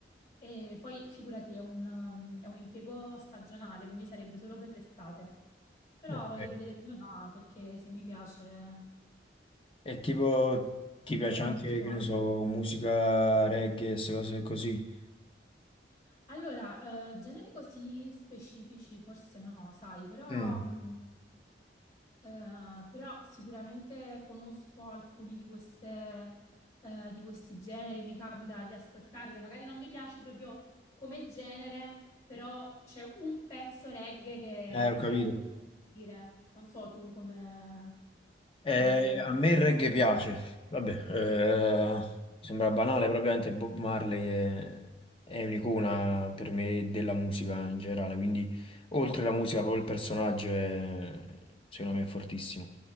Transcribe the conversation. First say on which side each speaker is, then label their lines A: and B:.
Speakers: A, on the left; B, on the left.
A: E poi figurati, è un, um, è un impiego stagionale, quindi sarebbe solo per l'estate. Però
B: Ok.
A: voglio vedere come va, perché se mi piace
B: E tipo ti piace
A: potrei
B: anche,
A: continuare.
B: che ne so, musica reggae, se cose così?
A: Allora, eh, generi così specifici forse no, sai, però
B: Mm.
A: mh, Eh, però sicuramente conosco alcuni di queste, eh, di questi generi, mi capita di ascoltarle, magari non mi piace proprio come genere, però c'è un pezzo reggae che
B: Eh, ho
A: magari
B: capito.
A: mi fa impazzire. Non so tu come,
B: Eh,
A: come sei orientato.
B: a me
A: a
B: il reggae
A: questi
B: piace,
A: generi.
B: vabbè, eh, sembra banale, probabilmente Bob Marley è, è un'icona per me della musica in generale, quindi oltre la musica proprio il personaggio è, secondo me è fortissimo.